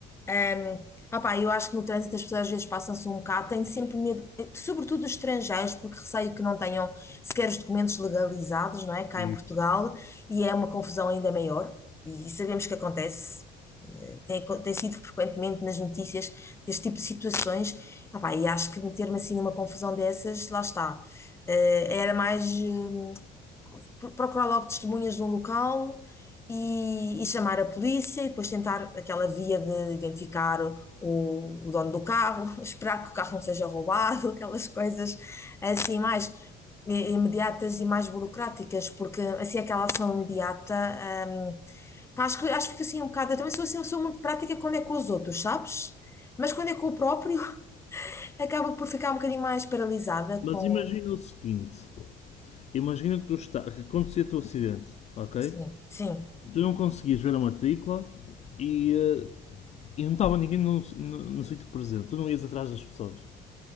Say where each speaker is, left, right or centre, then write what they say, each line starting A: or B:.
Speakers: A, on the left; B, on the left.
A: Ahm, opá, eu acho que no trânsito as pessoas às vezes passam-se um bocado, têm sempre medo, eh, sobretudo os estrangeiros, porque receio que não tenham sequer os documentos legalizados, não é? Cá
B: Isso.
A: em Portugal, e é uma confusão ainda maior, e sabemos que acontece. Eh, Tem, acon- tem sido frequentemente nas notícias deste tipo de situações. Opá, e acho que meter-me assim numa confusão dessas, lá está. Eh, era mais. eh, pro- procurar logo testemunhas no local e, e chamar a polícia e depois tentar aquela via de identificar o, o dono do carro, <laughs> esperar que o carro não seja roubado, aquelas coisas assim mais i- imediatas e mais burocráticas, porque assim aquela ação imediata, hum, pá, acho que, acho que fica assim um bocado, eu também sou assim, eu sou muito prática quando é com os outros, sabes? Mas quando é com o próprio, <laughs> acaba por ficar um bocadinho mais paralisada
B: Mas
A: com...
B: imagina o seguinte, Imagina que, tu está, que acontecia o acidente, ok?
A: Sim, sim.
B: Tu não conseguias ver a matrícula e, eh, e não estava ninguém no, no, no sítio presente. Tu não ias atrás das pessoas.